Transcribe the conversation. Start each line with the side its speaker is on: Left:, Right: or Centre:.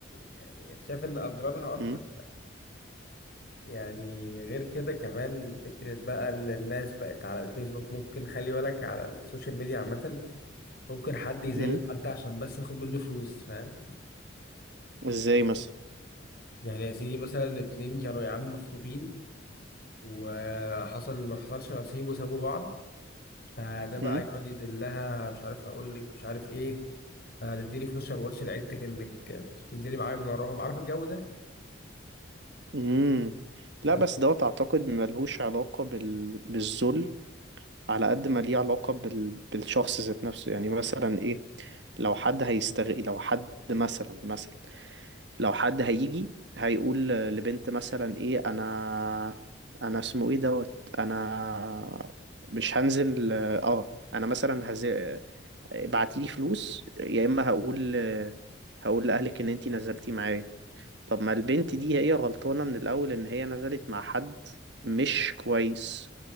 Left: يعني شايف ان اضرارها اكتر
Right: امم
Left: يعني غير كده كمان فكرة بقى إن الناس بقت على الفيسبوك ممكن خلي بالك على السوشيال ميديا عامة ممكن حد يذل
Right: امم
Left: حد عشان بس ياخد منه فلوس فاهم
Right: ازاي مثلا
Left: يعني يا سيدي مثلا اتنين كانوا يا عم مخطوبين وحصل ما حصلش نصيب وسابوا بعض فده بقى
Right: امم
Left: يقعد يذلها مش عارف أقول لك مش عارف إيه هتديني فلوس عشان ما أقولش لعيلتك إنك كنت بتنزلي معايا من وراهم عارف الجو ده؟
Right: امم لا
Left: لا
Right: بس
Left: لا
Right: دوت اعتقد ملهوش علاقة بال... بالذل على قد ما ليه علاقة بال... بالشخص ذات نفسه يعني مثلا ايه لو حد هيستغل لو حد مثلا مثلا لو حد هيجي هيقول لبنت مثلا ايه انا انا اسمه ايه دوت انا مش هنزل اه انا مثلا هز... ابعتيلي فلوس يا اما هقول هقول لاهلك ان انتي نزلتي معايا طب ما البنت دي هي غلطانة من الأول إن هي نزلت مع حد مش كويس